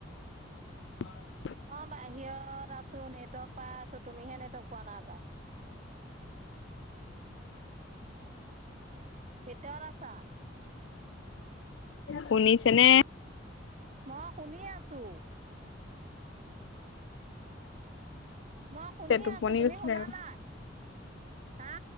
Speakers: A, on the left (about 70°); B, on the right (about 40°).
A: <inaudible>
B: মই বাহিৰত আছো, নেটৱৰ্ক পাই আছো, তুমিহে নেটৱৰ্ক পোৱা নাই পায়। ভিতৰত আছা?
A: শুনিছেনে?
B: মই শুনি আছোঁ। মই শুনি
A: টোপনি
B: আছোঁ, তুমি
A: গৈছিলে
B: শুনা
A: আক।
B: নাই, হা?